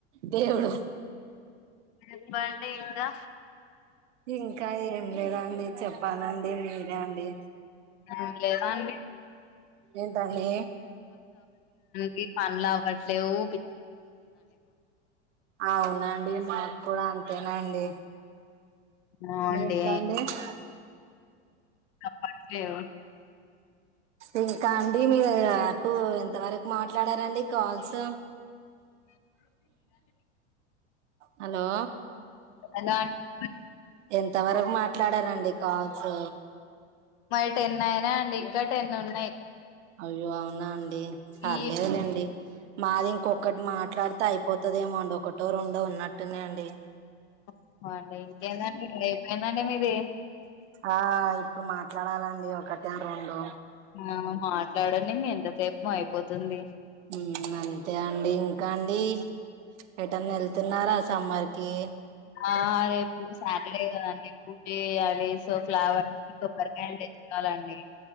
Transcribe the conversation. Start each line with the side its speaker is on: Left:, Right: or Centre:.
Right: దేవుడు
Left: చెప్పండి ఇంకా
Right: ఇంకా ఏం లేదండి చెప్పాలండి మీరే అండి
Left: ఆ లేవండి
Right: ఏంటండి
Left: గి పనులవ్వట్లే వు
Right: అవునండి మాకు కూడా అంతేనండి
Left: బావుండి
Right: మీకండి
Left: తప్పట్లేదు
Right: ఇంకా అండి మీరు అపు ఎంతవరకు మాట్లాడారండి కాల్స్ హలో
Left: ఎలా అండి
Right: ఎం తవరకు మాట్లాడారండి కాల్స్
Left: మయి టెన్ అయినా అండి ఇంకా టెన్ ఉన్నాయి
Right: అయ్యో అవునా అండి పర్లేదులేండి
Left: ఈ
Right: మాది ఇంకొకటి మాట్లాడితే అయిపోతుదేమోండి ఒకటో రెండో ఉన్నట్టునాయి అండి
Left: ఓహో అండి ఇంకేందండి ఇ అయిపెందండి మీది
Right: ఆ ఇప్పుడు మాట్లాడాలండి ఒకట రెండు
Left: ఆ మాట్లాడండి మీ ఎంతసేపు అయిపోతుంది
Right: ఉమ్ అంతే అండి ఇంకా అండి ఎటన్న ఏళ్తున్నారా సమ్మర్కి
Left: ఆ రేపు సాటర్డే కదండి ఎక్కుకే అలెస్ సో ఫ్లావర్స్ కొబ్బరికాయలు తెచ్చుకోవాలండి